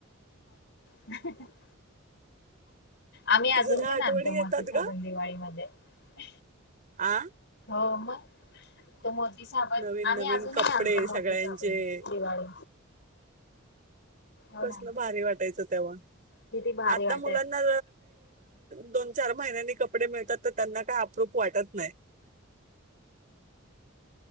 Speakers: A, on the left (about 60°); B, on the right (about 40°).
A: <unintelligible> <unintelligible> आम्ही अजून
B: जुन्या
A: पण
B: आठवणी
A: आणतो मोती
B: येतात
A: साबण
B: का
A: दिवाळीमध्ये <inaudible>
B: आ
A: म तो मोती साबण
B: नवीन
A: आम्ही
B: नवीन
A: अजूनही
B: कपडे
A: आणतो मोती
B: सगळ्यांचे
A: साबण दिवाळी हो
B: कसलं
A: ना
B: भारी वाटायचं तेव्हा
A: किती भारी
B: आता
A: वाटायचं
B: मुलांना दोन चार महिन्यांनी कपडे मिळतात तर त्यांना काय अप्रूप वाटत नाही